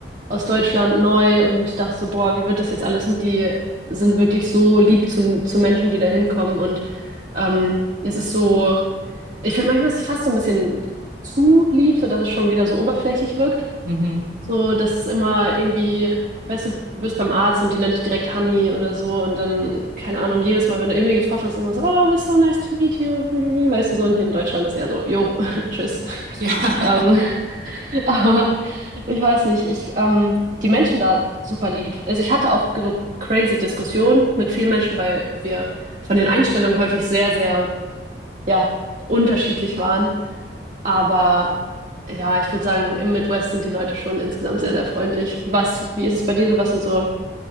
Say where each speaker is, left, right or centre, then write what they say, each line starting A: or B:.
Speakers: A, on the right (about 45°); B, on the right (about 65°).
A: aus Deutschland neu und dachte so, boah, wie wird das jetzt alles? Und die sind wirklich so lieb zu, zu Menschen, die da hinkommen. Und ähm, es ist so, ich finde manchmal ist es fast so ein bisschen zu lieb, sodass es schon wieder so oberflächlich wirkt.
B: Mhm.
A: So, das ist immer irgendwie, weißt du, du bist beim Arzt und die nennt dich direkt Honey oder so und dann, keine Ahnung, jedes Mal, wenn du irgendwie getroffen hast, immer so, oh, it's so nice to meet you. <laughs> Weißt du, so und hier in Deutschland ist eher so, yo, <laughs> tschüss.
B: Ja. <laughs>
A: Ähm, <laughs> aber ich weiß nicht, ich, ähm, die Menschen da super lieb. Also ich hatte auch so crazy Diskussionen mit vielen Menschen, weil wir von den Einstellungen häufig sehr, sehr, ja, unterschiedlich waren. Aber ja, ich würde sagen, im Midwest sind die Leute schon insgesamt sehr, sehr freundlich. Was, wie ist es bei dir so? Was sind so,